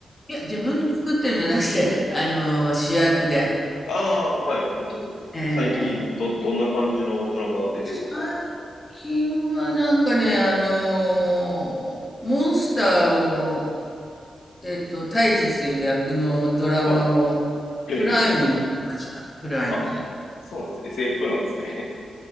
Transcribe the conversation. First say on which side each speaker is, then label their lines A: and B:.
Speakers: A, on the left (about 20°); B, on the left (about 80°).
A: いや、自分で作ってるんじゃなくて、<laughs> あの、主役で。
B: ああ、はい。ど、
A: ええ、
B: 最近、
A: ええ。
B: ど、どんな感じのドラマ出てるんですか。
A: 最近はなんかね、あの、モンスターを、えっと、対峙する役のドラマを
B: はい。へへへ。
A: プライムにやりました。プライムに。
B: あ、そうなんです。SF なんですね。